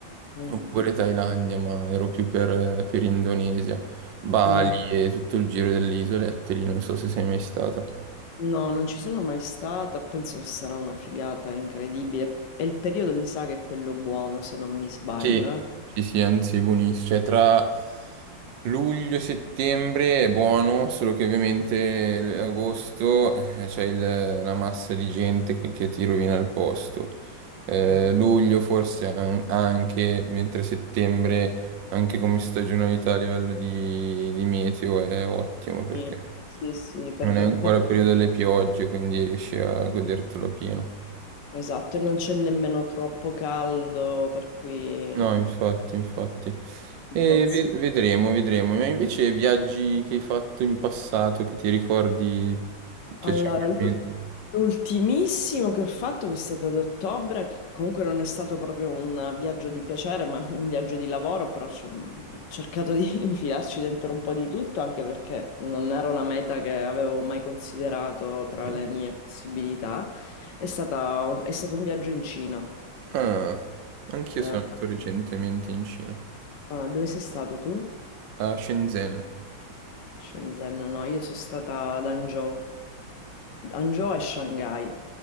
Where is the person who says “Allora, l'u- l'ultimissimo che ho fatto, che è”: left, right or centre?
Left